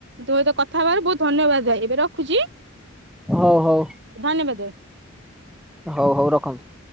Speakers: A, on the right; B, in the centre.
A: ତୁମେ ତ କଥାହବାରୁ ବହୁତ ଧନ୍ୟବାଦ ଭାଇ ଏବେ ର ଖୁଛି
B: ହଉ ହଉ
A: ଧନ୍ୟବାଦ ଭାଇ।
B: ହଉ ହଉ ରଖନ୍ତୁ।